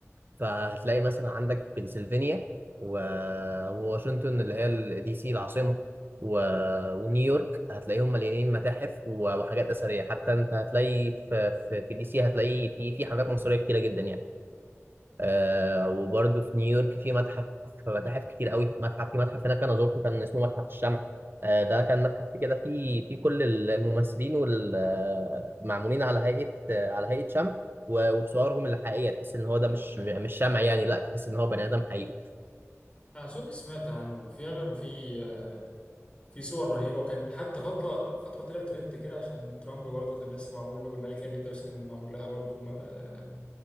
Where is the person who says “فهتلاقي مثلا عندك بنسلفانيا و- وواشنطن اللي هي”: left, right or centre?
Right